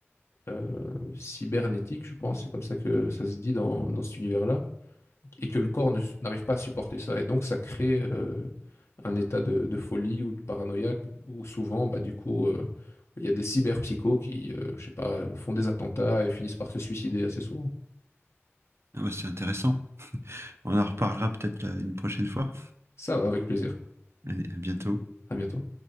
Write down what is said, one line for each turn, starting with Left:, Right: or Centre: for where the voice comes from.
Left: euh, cybernétique, je pense, c'est comme ça que ça se dit dans, dans cet univers-là, et que le corps ne- n'arrive pas à supporter ça. Et donc, ça crée euh, un état de, de folie ou de paranoïa où souvent, bah, du coup, euh, il y a des cyberpsychos qui, euh, je sais pas, font des attentats et finissent par se suicider assez souvent.
Right: Ah bah, c'est intéressant. On en reparlera peut-être euh, une prochaine fois.
Left: Ça va, avec plaisir.
Right: Allez, à bientôt.
Left: À bientôt.